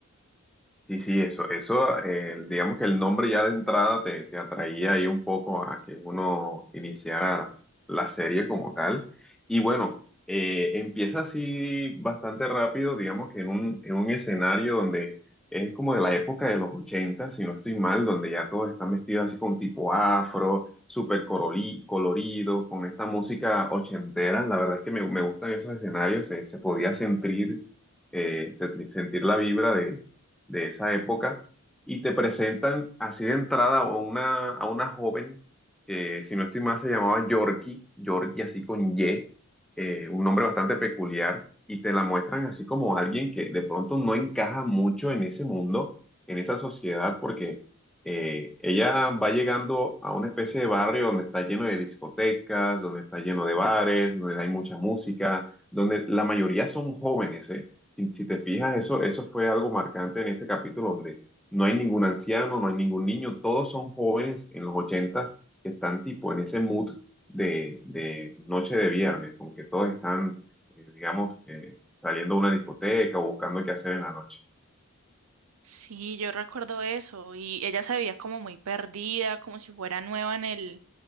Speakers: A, in the centre; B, on the right.
A: Sí, sí, eso, eso, eh, digamos que el nombre ya de entrada te, te atraía ahí un poco a que uno iniciara la serie como tal. Y bueno, eh, empieza así bastante rápido, digamos que en un, en un escenario donde es como de la época de los 80, si no estoy mal, donde ya todos están vestidos así con tipo afro, súper coroli- colorido, con esta música ochentera. La verdad es que me, me gustan esos escenarios, se, se podía sentir, eh, se- sentir la vibra de esa época y te presentan así de entrada a una, a una joven que, si no estoy mal, se llamaba Yorkie, Yorkie así con Y, eh, un nombre bastante peculiar, y te la muestran así como alguien que de pronto no encaja mucho en ese mundo, en esa sociedad, porque eh, ella va llegando a una especie de barrio donde está lleno de discotecas, donde está lleno de bares, donde hay mucha música, donde la mayoría son jóvenes, ¿eh? Si, si te fijas, eso, eso fue algo marcante en este capítulo donde no hay ningún anciano, no hay ningún niño, todos son jóvenes en los ochentas que están tipo en ese mood de, de noche de viernes, como que todos están, eh, digamos, que saliendo a una discoteca o buscando qué hacer en la noche.
B: Sí, yo recuerdo eso y ella se veía como muy perdida, como si fuera nueva en el,